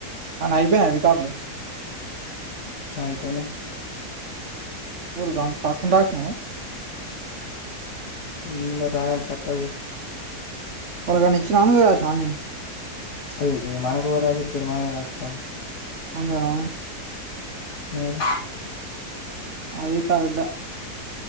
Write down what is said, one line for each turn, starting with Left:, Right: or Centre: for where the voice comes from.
Right: అనయి అయిపోయినా రికార్డులు
Left: అయిపోయినై
Right: ఒరు గంత టక్కున రాసినవ్
Left: ని మరి రాయాలి తప్పదిగా
Right: ఏవలికైనా ఇచ్చినవ నువ్వే రాసినవ
Left: అదే మనకెవడు రాశిస్తాడు మనమే రాసుకోవాలి
Right: అంతేనా
Left: మరి!
Right: అది కరెక్టే